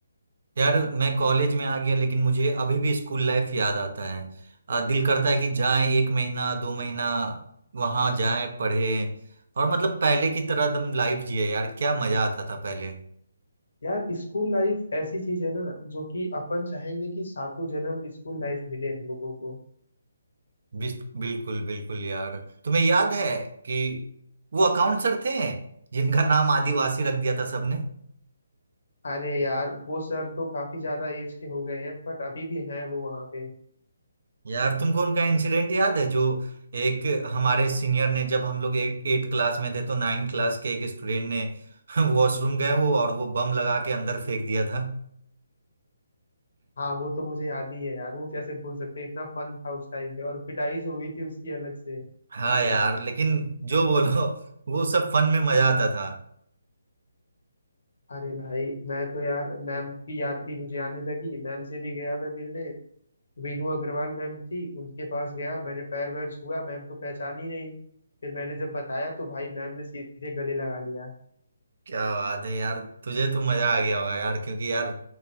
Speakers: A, on the right; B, on the left.
A: यार मैं कॉलेज में आ गया लेकिन मुझे अभी भी स्कूल लाइफ याद आता है अ, दिल करता है कि जाएं एक महीना दो महीना वहां जाएं पढ़े और मतलब पहले की तरह दम लाइफ जिए यार क्या मजा आता था पहले
B: यार स्कूल लाइफ ऐसी चीज है ना जो कि अपन चाहेंगे कि सातों जन्म स्कूल लाइफ मिले हम लोगों को
A: बिस- बिल्कुल बिल्कुल यार तुम्हें याद है कि वो अकाउंट सर थे जिनका नाम आदिवासी रख दिया था सबने
B: अरे यार वो सर तो काफी ज्यादा एज के हो गए हैं बट अभी भी हैं वो वहां पे
A: यार तुमको उनका इंसिडेंट याद है जो एक हमारे सीनियर ने जब हम लोग एट एट क्लास में थे तो नाइन क्लास के एक स्टूडेंट ने <laughs> वॉशरूम गए वो और वो बम लगा के अंदर फेंक दिया था
B: हाँ वो तो मुझे याद ही है यार वो कैसे भूल सकते हैं, इतना फन था उस टाइम पे और पिटाई जो हुई थी उसकी अलग से
A: हाँ यार लेकिन जो बोलो वो सब फन में मजा आता था
B: अरे भाई मैं तो यार मैम की याद भी मुझे आने लगी मैम से भी गया मैं मिलने वीनू अग्रवाल मैम थी उनके पास गया मैंने पैर वैर छुआ मैम तो पहचानी नहीं फिर मैंने जब बताया तो भाई मैम ने सीधे गले लगा लिया
A: क्या बात है यार तुझे तो मजा आ गया होगा यार क्योंकि यार